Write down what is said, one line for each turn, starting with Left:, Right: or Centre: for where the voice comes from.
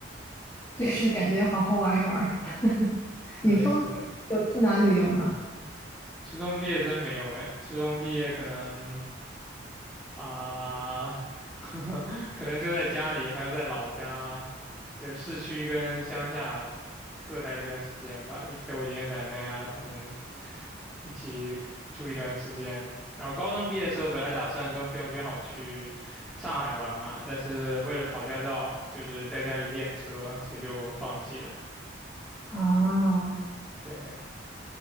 Left: 就是感觉好好玩一玩儿 <laughs>
Centre: 是的，
Left: 你初中毕业有去哪旅游吗？
Centre: 是的，初中毕业真没有哎，初中毕业可能啊，<laughs> 可能就在家里，还要在老家，就是市区跟乡下各待一段时间吧，就陪我爷爷奶奶呀、他们一起住一段时间。然后高中毕业的时候，本来打算跟朋友约好去上海玩嘛，但是为了考驾照，就是在家里练车，所以就放弃了。
Left: 啊，
Centre: 对，